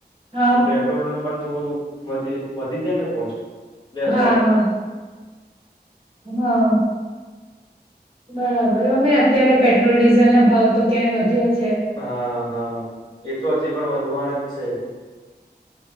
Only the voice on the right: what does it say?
હા
હા
હા. હા. બરાબર અમે અત્યારે પેટ્રોલ ડીઝલ ના ભાવ તો ક્યાંય વધ્યા છે.